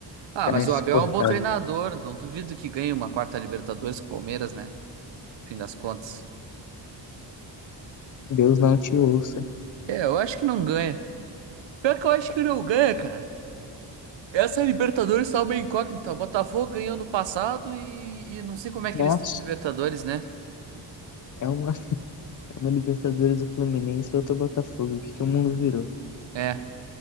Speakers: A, on the right; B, on the left.
A: Ah,
B: cara
A: mas
B: é insuportável.
A: o Abel é um bom treinador. Não duvido que ganhe uma quarta Libertadores com o Palmeiras, né? Fim das contas.
B: Deus não te ouça.
A: É, eu acho que não ganha. Pior que eu acho que não ganha, cara. Essa Libertadores tá uma incógnita. O Botafogo ganhou no passado e, e não sei como é que
B: Nossa,
A: eles estão na Libertadores, né?
B: é uma, é uma Libertadores do Fluminense e outra Botafogo. O que que o mundo virou?
A: É,